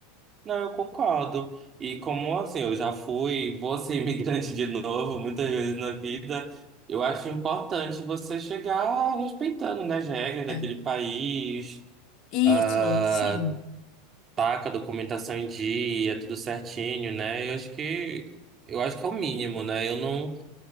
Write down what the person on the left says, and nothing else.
É.
Isso,
sim.